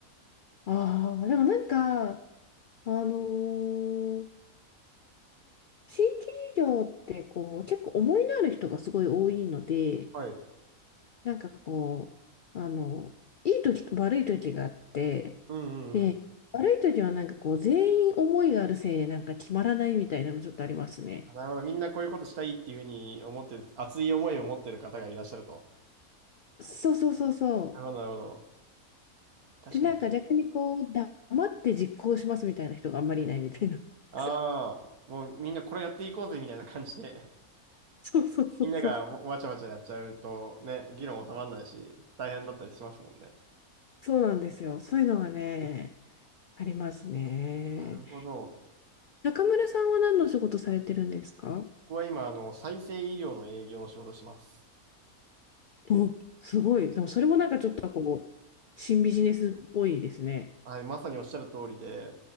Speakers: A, on the left; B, on the right.
A: ああ、でもなんか、あのー新規事業ってこう、結構思いのある人がすごい多いので、
B: はい。
A: なんかこう、あの、いい時と悪い時があって、
B: うんうんうん。
A: で、悪い時はなんかこう、全員思いがあるせいでなんか決まらないみたいなのちょっとありますね。
B: あなるほど。みんなこういうことしたいっていうふうに思ってる、熱い思いを持ってる方がいらっしゃると。
A: そうそうそうそう。
B: なるほど、なるほど。確かに。
A: で、なんか逆にこう、黙って実行しますみたいな人があんまりいないみたいな。<laughs>
B: ああ、もうみんなこれやっていこうぜ、みたいな感じで。
A: そうそうそうそう。
B: <laughs> みんながわわちゃわちゃやっちゃうと、ね、議論収まらないし、大変だったりしますもんね。
A: そうなんですよ。そういうのはね、ありますね。
B: なるほど。
A: 中村さんは何の仕事されてるんですか
B: 僕は今、あの、再生医療の営業の仕事をしてます。
A: お、すごい。でもそれもなんかちょっとこう、新ビジネスっぽいですね。
B: はい、まさにおっしゃる通りで、